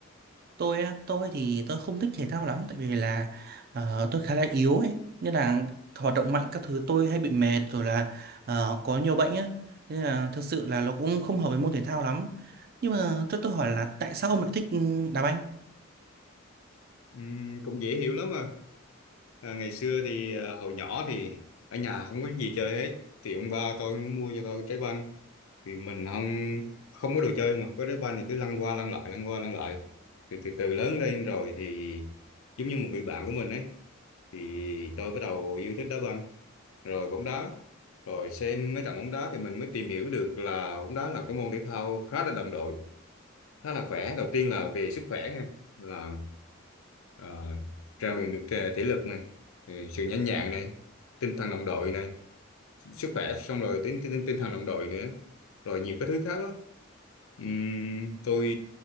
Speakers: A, on the right; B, on the left.
A: Tôi á, tôi thì tôi không thích thể thao lắm tại vì là ờ, tôi khá là yếu ấy, nên là hoạt động mạnh các thứ tôi hay bị mệt rồi là ờ, có nhiều bệnh á, nên là thật sự là nó cũng không hợp với môn thể thao lắm. Nhưng mà tôi tôi hỏi là tại sao ông lại thích ừ, đá banh?
B: Ừm, cũng dễ hiểu lắm mà. À, ngày xưa thì à, hồi nhỏ thì ở nhà không có gì chơi hết thì ông ba tôi mua cho tôi cái trái banh thì mình không không có đồ chơi mà có trái banh thì cứ lăn qua lăn lại lăn qua lăn lại thì từ từ lớn lên rồi thì giống như một người bạn của mình ấy thì tôi bắt đầu yêu thích đá banh rồi bóng đá rồi xem mấy trận bóng đá thì mình mới tìm hiểu được là bóng đá là cái môn thể thao khá là đồng đội khá là khỏe đầu tiên là về sức khỏe nha là Ờ, rèn luyện được ờ, thể lực này ừ, sự nhanh nhẹn này tinh thần đồng đội này sức khỏe xong rồi tính tinh, tinh, thần đồng đội nữa rồi nhiều cái thứ khác lắm Ừm, tôi